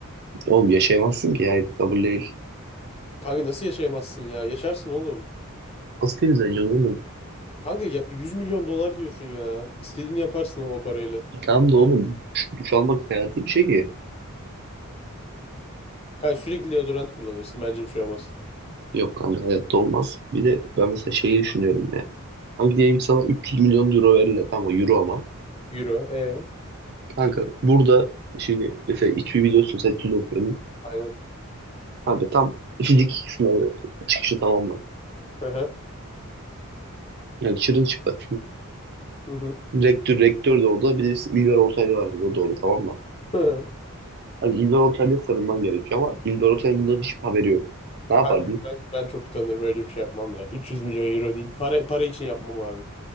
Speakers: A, on the right; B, on the left.
A: Oğlum yaşayamazsın ki. Hayır kabul değil.
B: Kanka nasıl yaşayamazsın ya? Yaşarsın oğlum.
A: Nasıl temizleneceksin oğlum?
B: Kanka ya 100 milyon dolar diyorsun ya. İstediğini yaparsın o parayla.
A: Tamam da oğlum duş, duş almak hayati bir şey ki.
B: Kanka sürekli deodorant kullanırsın. Bence bir şey olmaz.
A: Yok kanka hayatta olmaz. Bir de ben mesela şeyi düşünüyorum ya. Kanka diyelim sana 300 milyon euro verirler. ama euro ama.
B: Euro. E.
A: Kanka burada şimdi mesela İTÜ'yü biliyorsun sen İTÜ'de okuyordun.
B: Aynen.
A: Kanka tam fizik sınavı çıkışı tamam mı?
B: Hı hı.
A: Yani çırılçıplak.
B: Hı hı.
A: Rektör, rektör de orada. Bir de bir milyar ortaylı var orada doğru tamam mı?
B: Hı hı.
A: Hani İldor Ortaylı'ya sarılman gerekiyor ama İldor Ortaylı'nın bundan hiçbir haberi yok. Ne yapardın?
B: Kanka ben, ben çok utanırım öyle bir şey yapmam ya. 300 milyon euro değil. Para, para için yapmam abi.